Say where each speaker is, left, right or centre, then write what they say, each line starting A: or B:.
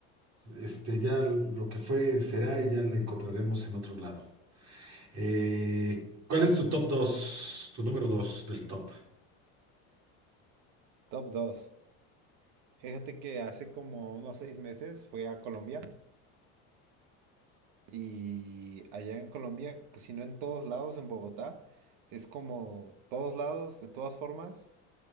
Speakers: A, on the right; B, on the right.
A: Este, ya lo que fue será y ya la encontraremos en otro lado. Eh, ¿cuál es tu top dos Tu número 2 del top.
B: Top 2. Fíjate que hace como unos seis meses fui a Colombia y allá en Colombia, que si no en todos lados, en Bogotá, es como todos lados, de todas formas